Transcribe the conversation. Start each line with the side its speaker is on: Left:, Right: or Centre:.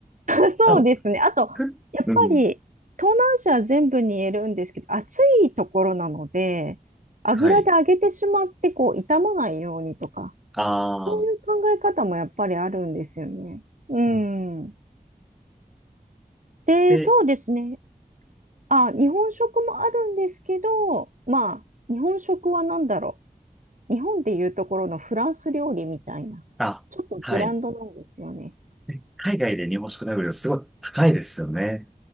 Right: <laughs> そうですね。
Centre: あ、もう、
Right: あと、やっぱり東南アジア全部に言えるんですけど、
Centre: ふうん。
Right: 暑いところなので、油で揚げてしまってこう傷まないようにとか、
Centre: はい。ああ、
Right: そういう考え方もやっぱりあるんですよね。うん。
Centre: うん
Right: で、
Centre: で、
Right: そうですね。あ、日本食もあるんですけど、まあ、日本食は何だろう。日本でいうところのフランス料理みたいな、
Centre: あ、
Right: ちょっとブランドなんですよね。
Centre: はい。で海外で日本食食べるのすごい高いですよね。